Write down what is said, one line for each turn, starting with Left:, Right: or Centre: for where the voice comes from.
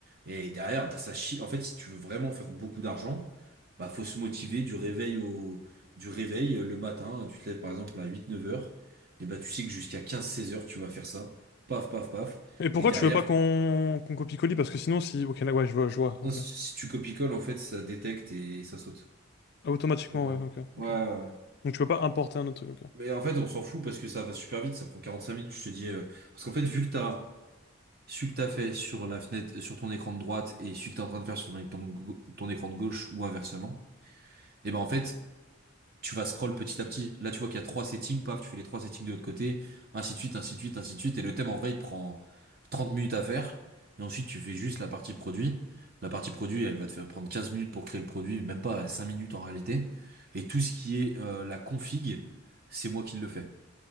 Right: Et derrière, bah, ça chie. En fait, si tu veux vraiment faire beaucoup d'argent, bah faut se motiver du réveil au du réveil euh, le matin. Tu te lèves par exemple à huit neuf heures. Et bah tu sais que jusqu'à quinze seize heures, tu vas faire ça. Paf, paf, paf.
Left: Et pourquoi
Right: Et derrière,
Left: tu veux pas qu'on qu'on copie-colie? Parce que sinon, si. Ok, là, ouais, je vois, je vois,
Right: non,
Left: ok.
Right: si si tu copie colles en fait, ça détecte et ça saute.
Left: Ah, Automatiquement,
Right: Je peux pas.
Left: ouais, ok,
Right: Ouais,
Left: ok.
Right: ouais. ouais.
Left: Donc, tu peux pas importer un autre truc, ok.
Right: Mais en fait, on s'en fout parce que ça va super vite, ça prend 45 minutes, je te dis. euh, Parce qu'en fait, vu que t'as celui que t'as fait sur la fenêtre, euh, sur ton écran de droite et celui que t'es en train de faire sur ton écran de, gau- ton écran de gauche ou inversement, et ben en fait, tu vas scroll petit à petit. Là, tu vois qu'il y a trois settings, paf, tu fais les trois settings de l'autre côté, ainsi de suite, ainsi de suite, ainsi de suite. Et le thème, en vrai, il prend 30 minutes à faire. Et ensuite, tu fais juste la partie produit. La partie produit, elle va te faire prendre 15 minutes pour créer le produit, même pas 5 minutes en réalité. Et tout ce qui est euh, la config, c'est moi qui le fais.